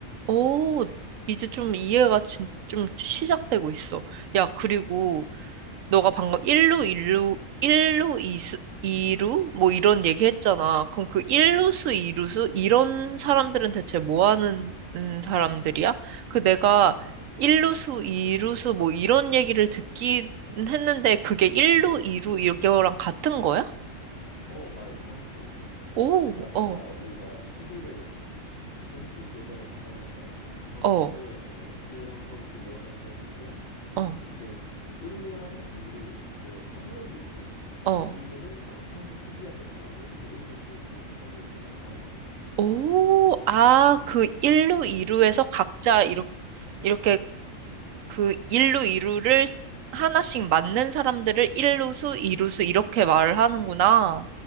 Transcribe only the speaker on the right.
오, 이제 좀 이해가 진, 좀 시작되고 있어. 야, 그리고 너가 방금 1루, 일루 1루, 2수, 이루 뭐 이런 얘기 했잖아. 그럼 그
1루수, 2루수? 이런 사람들은 대체 뭐 하는 음, 사람들이야? 그 내가
1루수, 2루수 뭐 이런 얘기를 듣긴 했는데 그게 1루, 2루 이거랑 같은 거야?
오,
어,
어,
어,
어.
오, 아, 그 1루, 2루에서 각자 이렇게 그 일루 이루를 하나씩 맞는 사람들을 일루수, 이루수 이렇게 말을 하는구나.